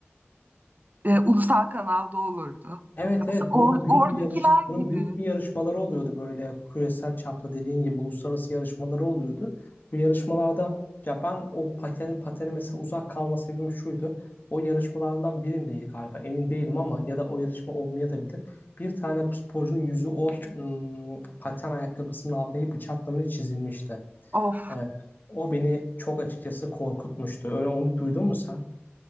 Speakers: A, on the right (about 40°); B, on the left (about 45°).
A: E, ulusal kanalda olurdu.
B: Evet
A: Mesela
B: evet bunun
A: or-
B: büyük
A: oradakiler
B: bir yarış bunun
A: gibi.
B: büyük bir yarışmaları oluyordu böyle küresel çapta dediğin gibi uluslararası yarışmaları oluyordu. Bu yarışmalarda ya ben o paten patene mesela uzak kalma sebebim şuydu. O yarışmalardan birindeydi galiba emin değilim ama ya da o yarışma olmaya da bilir. Bir tane sporcunun yüzü o ım, paten ayakkabısının altındaki bıçaklamaya çizilmişti.
A: Of
B: Ee, o beni çok açıkçası korkutmuştu. Öyle onu duydun mu sen?